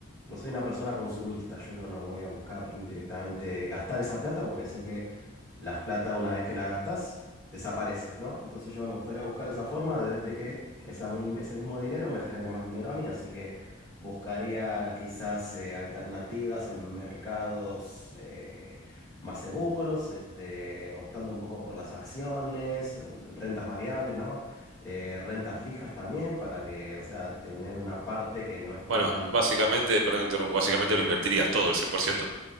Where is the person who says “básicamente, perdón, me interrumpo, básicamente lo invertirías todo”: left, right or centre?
Right